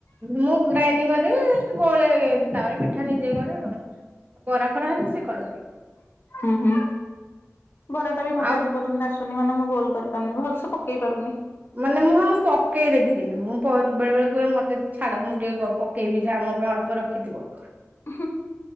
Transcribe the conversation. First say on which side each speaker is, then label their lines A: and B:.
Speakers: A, on the right; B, on the left.
A: ମୁଁ ଘୁରାଇନି କ ହେ ଗୋଳେଇ ତାପରେ ପିଠା ନିଜେ କରେ ଆଉ, ବରା ଫରା ହେଲେ ସେ କରନ୍ତି।
B: ହୁଁ ହୁଁ ବରା ଟା ବି ମତେ
A: ଆଉ
B: ଆଜି ପର୍ଯ୍ୟନ୍ତ ଆସୁ ଆସୁନି ମାନେ ମୁଁ ଗୋଲ କରିପାରୁନି ଭଲସ ପକେଇ ପାରୁନି।
A: ମାନେ ମୁଁ ପକେଇଦେବି କିନ୍ତୁ ମୁଁ ବେଳେ ବେଳେ କୁହେ ମତେ ଛାଡ, ମୁଁ ଟିକେ ପ ପ ପକେଇବି ଯାହା ମୋ ପାଇଁ ଅଳ୍ପ ରଖିଥିବ।
B: <unintelligible>